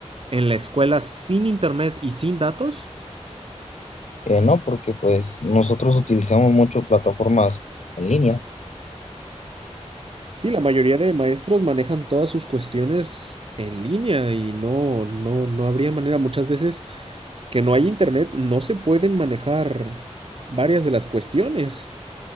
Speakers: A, on the right; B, on the left.
A: en la escuela sin internet y sin datos?
B: Eh, no, porque pues nosotros utilizamos mucho plataformas en línea,
A: Sí, la mayoría de maestros manejan todas sus cuestiones en línea y no, no, no habría manera. Muchas veces que no hay internet, no se pueden manejar varias de las cuestiones.